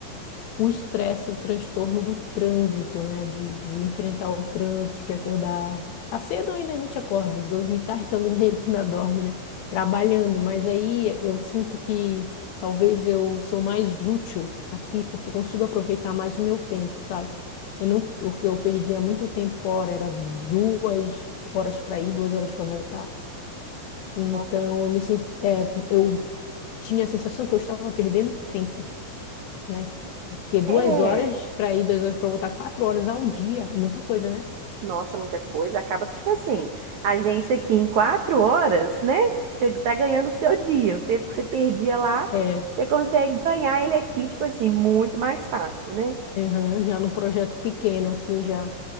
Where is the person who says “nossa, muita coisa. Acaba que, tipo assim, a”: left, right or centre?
Right